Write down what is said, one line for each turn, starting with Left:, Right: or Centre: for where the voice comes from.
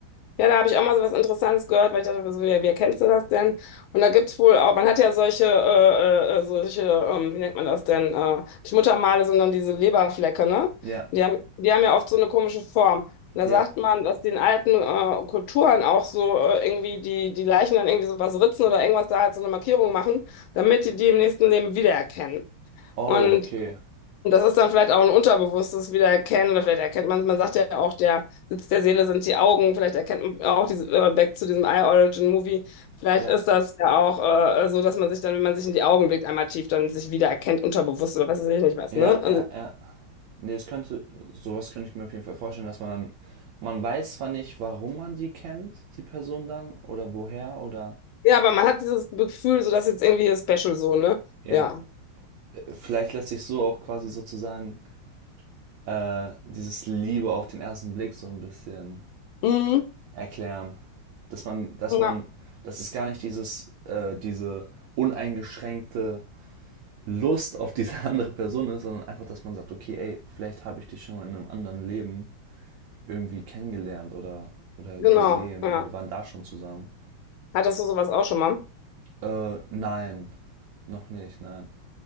Left: Ja, da habe ich auch mal so was Interessantes gehört, weil ich dachte, so, wer, wer kennst du das denn? Und da gibt's wohl auch, man hat ja solche, äh, äh, äh, solche, ähm, wie nennt man das denn? Äh, nicht Muttermale, sondern diese Leberflecke, ne?
Right: Ja,
Left: Die haben, die haben ja oft so eine komische Form. Und da
Right: ja.
Left: sagt man, dass die in alten äh, Kulturen auch so äh, irgendwie die, die Leichen dann irgendwie so was ritzen oder irgendwas da halt so eine Markierung machen, damit die die im nächsten Leben wiedererkennen.
Right: Oh,
Left: Und
Right: okay.
Left: und das ist dann vielleicht auch ein unterbewusstes Wiedererkennen oder vielleicht erkennt man, man sagt ja auch, der Sitz der Seele sind die Augen, vielleicht erkennt man auch diese, äh, back zu diesem Eye-Origin-Movie, vielleicht
Right: Ja,
Left: ist das ja auch äh, so, dass man sich dann, wenn man sich in die Augen blickt, einmal tief dann sich wiedererkennt, unterbewusst oder was weiß ich nicht was,
Right: ja,
Left: ne? Also,
Right: ja, ja. Nee, es könnte, sowas könnte ich mir auf jeden Fall vorstellen, dass man dann, man weiß zwar nicht, warum man die kennt, die Person dann, oder woher, oder,
Left: ja, aber man hat dieses Gefühl, so dass jetzt irgendwie special so, ne?
Right: ja,
Left: Ja.
Right: vielleicht lässt sich so auch quasi sozusagen äh, dieses Liebe auf den ersten Blick so ein bisschen
Left: Mhm.
Right: erklären. Dass man, dass
Left: Ja,
Right: man, dass es gar nicht dieses, äh, diese uneingeschränkte Lust auf diese <laughs> andere Person ist, sondern einfach, dass man sagt, okay, ey, vielleicht habe ich dich schon mal in einem anderen Leben irgendwie kennengelernt oder, oder
Left: genau,
Right: gesehen
Left: ja.
Right: und wir waren da schon zusammen.
Left: Hattest du sowas auch schon mal?
Right: Äh, nein, noch nicht, nein.